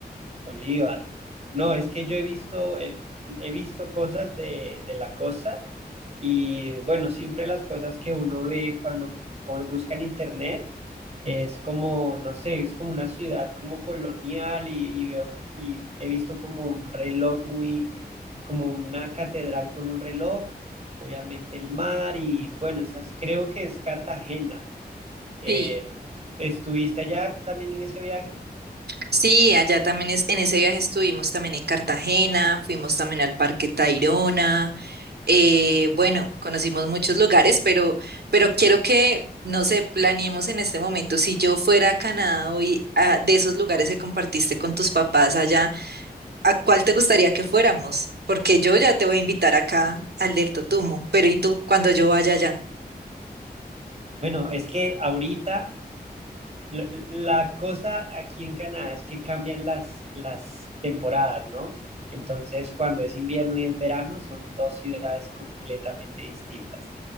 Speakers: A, on the right; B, on the right.
A: Bolívar. No, es que yo he visto, eh, he, visto cosas de, de la costa y bueno, siempre las cosas que uno ve cuando pone- busca en internet. Es como, no sé, es como una ciudad como colonial y, y veo y he visto como un reloj muy, como una catedral con un reloj, obviamente el mar y bueno, esas creo que es Cartagena. Eh,
B: Sí.
A: ¿estuviste allá también en ese viaje?
B: Sí, allá también es, en ese viaje estuvimos también en Cartagena, fuimos también al Parque Tayrona, Eh, bueno, conocimos muchos lugares, pero, pero quiero que, no sé, planeemos en este momento, si yo fuera a Canadá hoy, a- de esos lugares que compartiste con tus papás allá, ¿a cuál te gustaría que fuéramos? Porque yo ya te voy a invitar acá al del Totumo, pero ¿y tú cuando yo vaya allá?
A: Bueno, es que ahorita La, la cosa aquí en Canadá es que cambian las, las temporadas, ¿no? Entonces, cuando es invierno y es verano, son dos ciudades completamente distintas.